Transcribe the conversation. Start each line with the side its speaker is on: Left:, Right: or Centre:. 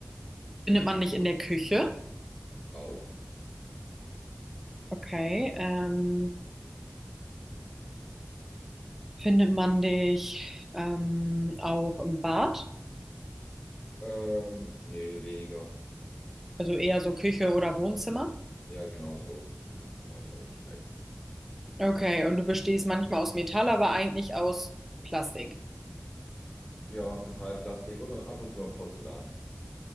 Centre: findet man nicht in der Küche?
Left: auch.
Centre: Okay, ähm, findet man dich ähm, auch im Bad?
Left: Ähm, nee, weniger.
Centre: Also eher so Küche oder Wohnzimmer?
Left: Ja, genau so. In den normalen Räumlichkeiten.
Centre: Okay, und du bestehst manchmal aus Metall, aber eigentlich aus Plastik.
Left: Ja, aus Metall, Plastik und ab und zu mal Porzellan.